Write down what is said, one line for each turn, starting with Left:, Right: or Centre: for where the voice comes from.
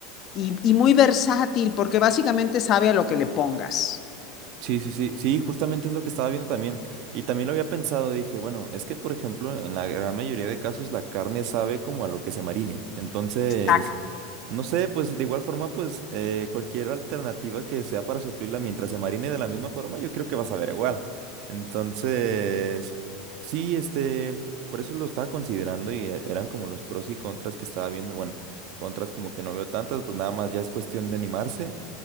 Left: y, y muy versátil porque básicamente sabe a lo que le pongas.
Right: Sí, sí, sí, sí, justamente es lo que estaba viendo también. Y también lo había pensado, dije, bueno, es que por ejemplo, en la gran mayoría de casos la carne sabe como a lo que se marine. Entonces,
Left: Exacto.
Right: no sé, pues de igual forma, pues eh, cualquier alternativa que sea para suplirla mientras se marine de la misma forma, yo creo que vas a ver igual. Entonces, sí, este, por eso lo estaba considerando y eh, eran como los pros y contras que estaba viendo. Bueno, contras como que no veo tantas, pues nada más ya es cuestión de animarse.